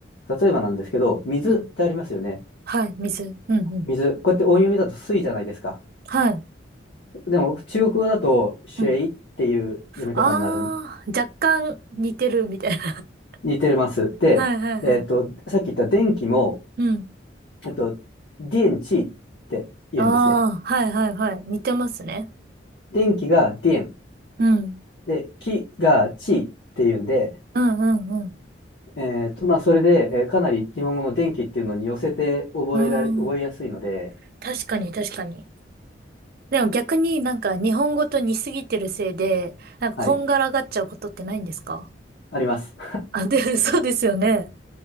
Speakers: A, on the left; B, on the right.
A: 例えばなんですけど、水ってありますよね。
B: い。うん。はい。水。うんうん。
A: 水。こうやって音読みだと水じゃないですか。
B: はい。
A: でも、中国語だと、シェイっていう読み方になる。
B: うん。あー、若干似てるみたいな。<laughs>
A: 似てます。で、
B: はいはいはい。
A: えっと、さっき言った電気も、
B: うん。
A: えっと、電池って言うんですね。
B: あー、はいはいはい。似てますね。
A: 電気が電
B: うん。
A: で、気が地っていうんで、
B: うんうんうん。
A: えーと、まあ、それで、えーかなり日本語の電気っていうのに寄せて覚えられ、
B: う
A: 覚えやすいので、
B: ん。確かに確かに。でも逆になんか日本語と似すぎてるせいで、なんかこんがらがっちゃうことってないんですか
A: はい、あります。
B: <laughs> あ、で、<laughs> そうですよね。